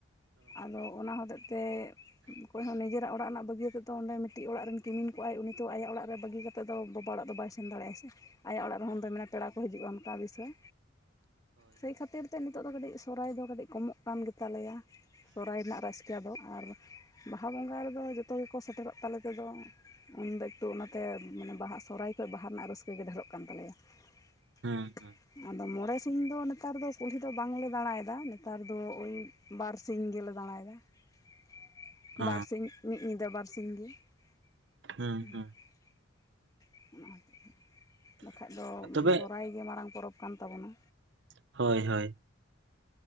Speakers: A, on the left; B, on the right.
A: ᱟᱫᱚ ᱚᱱᱟ ᱦᱚᱛᱮᱡᱛᱮ <inaudible> ᱚᱠᱚᱭᱦᱚᱸ ᱱᱤᱡᱮᱨᱟᱜ ᱚᱲᱟᱜ ᱨᱮᱱᱟᱜ ᱵᱟᱹᱜᱤ ᱠᱟᱛᱮ ᱚᱸᱰᱮ ᱢᱤᱫᱴᱤᱡ ᱚᱲᱟᱜ ᱨᱮᱱ ᱠᱤᱢᱤᱱ ᱠᱚᱜᱼᱟᱭ ᱩᱱᱤ ᱛᱚ ᱟᱭᱟᱜ ᱚᱲᱟᱜ ᱨᱮ ᱵᱟᱹᱜᱤ <unintelligible> ᱱᱤᱛᱮᱜ ᱫᱚ ᱵᱟᱵᱟ ᱚᱲᱟᱜ ᱫᱚ ᱵᱟᱭ ᱥᱮᱱ ᱫᱟᱲᱮᱭᱟᱜᱼᱟᱭ ᱥᱮ ᱟᱭᱟᱜ ᱚᱲᱟᱜ ᱨᱮᱦᱚᱸ ᱩᱱᱫᱚᱭ ᱢᱮᱱᱟ ᱯᱮᱲᱟ ᱠᱚ ᱦᱤᱡᱩᱜᱼᱟ ᱚᱱᱠᱟ ᱵᱤᱥᱚᱭ ᱥᱮᱭ ᱠᱷᱟᱹᱛᱤᱨ ᱛᱮ ᱱᱤᱛᱚᱜ ᱫᱚ ᱠᱟᱹᱴᱤᱡ ᱥᱚᱨᱦᱟᱭ ᱫᱚ ᱠᱟᱹᱴᱤᱡ ᱠᱚᱢᱚᱜ ᱠᱟᱱ ᱜᱮᱛᱟᱞᱮᱭᱟ <inaudible> ᱥᱚᱦᱨᱟᱭ ᱨᱮᱱᱟᱜ ᱨᱟᱹᱥᱠᱟᱹ ᱫᱚ ᱟᱨ ᱵᱟᱦᱟ ᱵᱚᱸᱜᱟ ᱨᱮᱫᱚ ᱡᱚᱛᱚ ᱜᱮᱠᱚ ᱥᱮᱴᱮᱨᱚᱜ ᱛᱟᱞᱮ ᱛᱮᱫᱚ <inaudible> ᱩᱱᱫᱚ ᱮᱠᱴᱩ ᱚᱱᱟ ᱛᱮ ᱢᱟᱱᱮ ᱵᱟᱦᱟ ᱥᱚᱦᱨᱟᱭ ᱠᱷᱚᱡ ᱵᱟᱦᱟ ᱨᱮᱱᱟᱜ ᱨᱟᱹᱥᱠᱟᱹ ᱜᱮ ᱰᱷᱮᱹᱨᱚᱜ ᱠᱟᱱ ᱛᱟᱞᱮᱭᱟ <inaudible>
B: ᱦᱩᱸ,
A: <inaudible>
B: ᱦᱩᱸ,
A: ᱟᱫᱚ <unintelligible> ᱥᱤᱧ ᱫᱚ ᱱᱮᱛᱟᱨ ᱫᱚ ᱠᱩᱞᱦᱤ ᱫᱚ ᱵᱟᱝᱞᱮ ᱫᱟᱬᱟᱭᱮᱫᱟ ᱱᱮᱛᱟᱨ ᱫᱚ ᱳᱭ ᱵᱟᱨ ᱥᱤᱧ ᱜᱮᱞᱮ ᱫᱟᱬᱟᱭᱮᱫᱟ <inaudible>
B: ᱚ,
A: ᱵᱟᱨ ᱥᱤᱧ ᱢᱤᱫ ᱧᱤᱫᱟᱹ ᱵᱟᱨ ᱥᱤᱧ ᱜᱤ <inaudible> <unintelligible>
B: ᱦᱩᱸ, ᱦᱩᱸ,
A: ᱚᱱᱟ ᱦᱚᱛᱮᱡᱛᱮ ᱵᱟᱠᱷᱟᱡ ᱫᱚ
B: ᱛᱚᱵᱮ
A: ᱥᱚᱨᱦᱟᱭ ᱜᱮ ᱢᱟᱨᱟᱝ ᱯᱚᱨᱚᱵᱽ ᱠᱟᱱ ᱛᱟᱵᱚᱱᱟ
B: ᱦᱳᱭ ᱦᱳᱭ